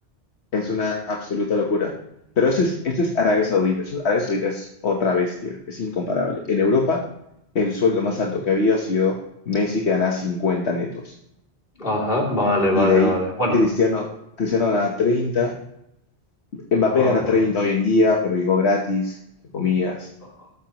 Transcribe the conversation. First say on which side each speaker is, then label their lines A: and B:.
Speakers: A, on the left (about 80°); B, on the left (about 55°).
A: es una absoluta locura. Pero esto es, esto es Arabia Saudita. Eso- Arabia Saudita es otra bestia, es incomparable. En Europa,
B: Mm.
A: el sueldo más alto que había sido Messi, que ganaba 50 netos.
B: Ajá, vale, vale,
A: Y de ahí
B: vale. Bueno,
A: Cristiano, Cristiano ganaba 30, Mbappé
B: ah,
A: gana
B: vale.
A: 30 hoy en día, pero llegó gratis, entre comillas,
B: Ajá.